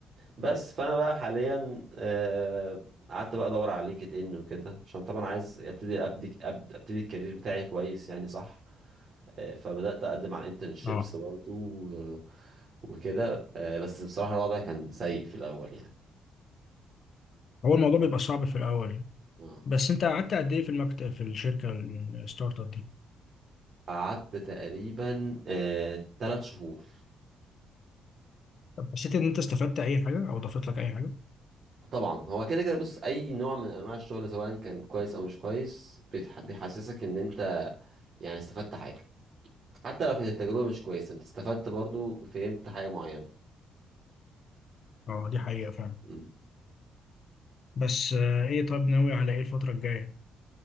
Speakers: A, on the right; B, on the left.
A: بس فانا بقى حاليا آه، قعدت بقى ادور على لينكد ان وكده عشان طبعا عايز ابتدي ابدي أب- ابتدي الكارير بتاعي كويس يعني صح آه، فبدات اقدم على انترنشيبس
B: آه
A: برضو و- وكده آه، بس بصراحه الوضع كان سيء في الاول يعني
B: هو الموضوع بيبقى صعب في الأول
A: اه
B: بس أنت قعدت قد إيه في المكتب في الشركة الستارت أب دي؟
A: قعدت تقريبا آه، تلات شهور
B: طب حسيت إن أنت استفدت أي حاجة أو ضافت لك أي حاجة؟
A: طبعا هو كده كده بص اي نوع من انواع الشغل سواء كان كويس او مش كويس بيتح- بيحسسك ان انت يعني استفدت حاجه حتى لو كانت التجربة مش كويسة انت استفدت برضو فهمت حاجة معينة
B: آه دي حقيقة فعلا
A: مم.
B: بس آه، ايه طب ناوي على ايه الفترة الجاية